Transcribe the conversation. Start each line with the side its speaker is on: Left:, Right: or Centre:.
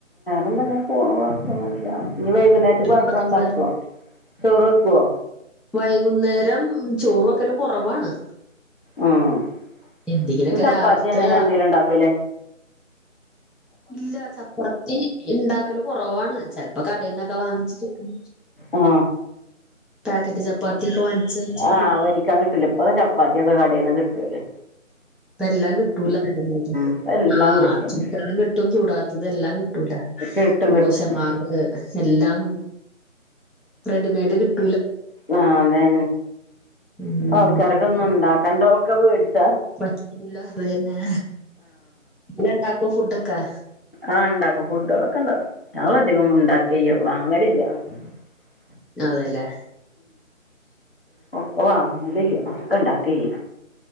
Left: ഇങ്ങനെ പോണൂ കൊഴപ്പൊന്നൂല്ല ഇനി വൈകുന്നേരത്തക്ക്
Centre: ടൂറൊക്കെ
Left: ഭക്ഷണം ഇണ്ടാക്കുവോ
Centre: പോയാരുന്നോ
Left: ചോറ് വെക്കുവോ
Centre: വൈകുന്നേരം ചോറൊക്കെല് കൊറവാണ്
Left: ഉം <unintelligible>
Centre: എന്തെങ്കിലൊക്കെ
Left: ചപ്പാത്തി
Centre: രാവിലത്തെ
Left: അങ്ങനെ എന്തെലും ഇണ്ടാക്കൂല്ലേ
Centre: ഇല്ല ചപ്പാത്തി ഇണ്ടാക്കല് കൊറവാണ് ചെലപ്പോ കടേന്നൊക്കെ വാങ്ങിച്ച് ചുടും
Left: ആ
Centre: പാക്കറ്റ് ചപ്പ് <unintelligible> വാങ്ങിച്ച് ചുടും
Left: ആ വരിക്കാൻ കിട്ടൂല ഇപ്പൊ ചപ്പാത്തിയൊക്കെ കടേന്ന് കിട്ടുവല്ലോ
Centre: ഇപ്പ എല്ലാം കിട്ടൂല്ല റെഡിമെയ്ഡ്
Left: ഇപ്പൊ എല്ലാം
Centre: ആഹ്
Left: കിട്ടും
Centre: ചുട്ടതും കിട്ടും ചൂടാത്തതും എല്ലാം കിട്ടൂല്ല
Left: കിട്ടും
Centre: ദോശമാവ്
Left: കിട്ടും
Centre: എല്ലാം റെഡിമേഡ് കിട്ട്
Left: ആ അതെന്നേ
Centre: ഉം
Left: ഇപ്പ ആൾക്കാര്ക്ക് ഒന്നും ഇണ്ടാക്കണ്ടോ ക്കെ വേടിച്ച്
Centre: പറ്റൂല അത് തന്നെ എല്ല ഇണ്ടാക്ക് ഫുഡ് ഒക്കെ
Left: ആ ഉണ്ടാക്കും ഫുഡുകളൊക്കെ ഉണ്ടാക്കും ഞങ്ങള് അടു അധികം ഒന്നും ഉണ്ടാക്കലില്ല വാങ്ങലില്ല ആ
Centre: അതേല്ലേ
Left: ആ ഇപ്പൊ വാങ്ങലില്ല ഒക്കെ ഇണ്ടാക്കെയ്യും